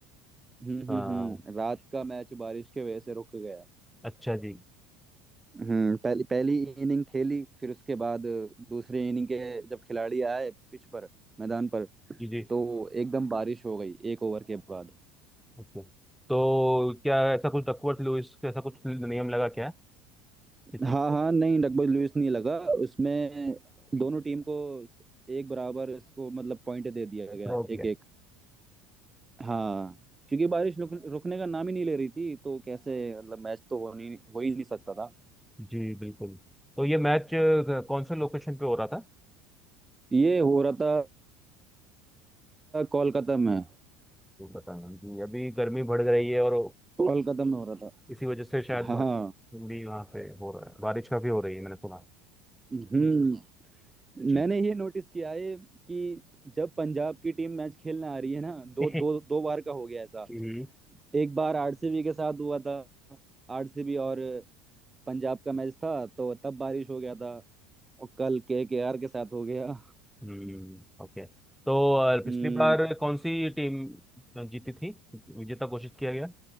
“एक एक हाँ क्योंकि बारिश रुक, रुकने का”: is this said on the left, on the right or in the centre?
Right